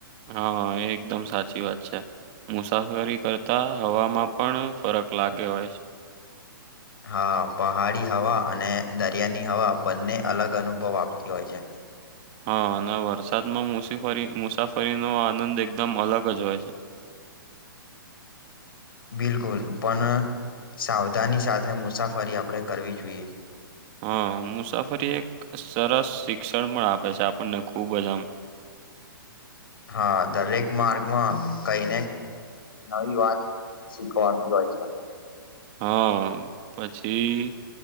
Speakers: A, on the right (about 30°); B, on the left (about 75°).
A: હા એ એકદમ સાચી વાત છે. મુસાફરી કરતા હવામાં પણ ફરક લાગે હોય છે.
B: હા પહાડી હવા અને દરિયાની હવા બંને અલગ અનુભવ આપતી હોય છે.
A: હા અને વરસાદમાં મુસીફરી મુસાફરીનો આનંદ એકદમ અલગ જ હોય છે.
B: બિલકુલ પણ સાવધાની સાથે મુસાફરી આપણેે કરવી જોઈએ.
A: હા મુસાફરી એક સરસ શિક્ષણ પણ આપે છે આપણને ખુબ જ આમ.
B: હા દરેક માર્ગમાં કઈને નવી વાત શીખવાડતી હોય છે.
A: હા પછી.